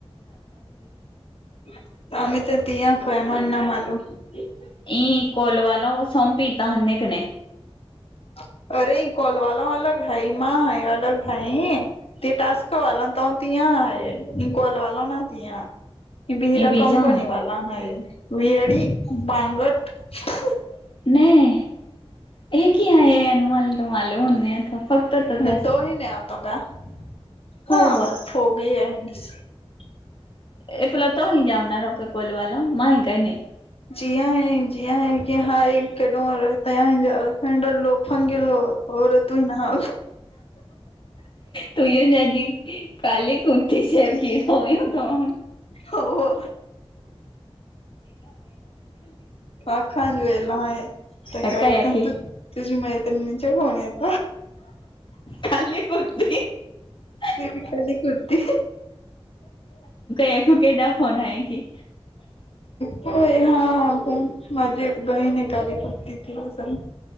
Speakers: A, on the left (about 70°); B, on the left (about 50°).
A: <unintelligible>
B: <unintelligible>
A: <unintelligible> हय
B: ई
A: <unintelligible>
B: बीजा हय <unintelligible> <unintelligible>
A: आणि तो <unintelligible>
B: हो वा <unintelligible>
A: जिया ह जिया है की हाय एक केडो राहत या झारखंड लोक फंगे लोक होर तू ना
B: तु ना आजी काली कुतीस क होई होता हून
A: हो पाखांज वेला आहे ते
B: अब
A: कर
B: काय आखे
A: तुझी मैत्रीण चे फोन आहेत
B: खली पूर्ती <unintelligible>
A: विकली कुर्ती
B: एकोके द फोन आहे की
A: हो हा माझी एक बहीने कार करती ते सां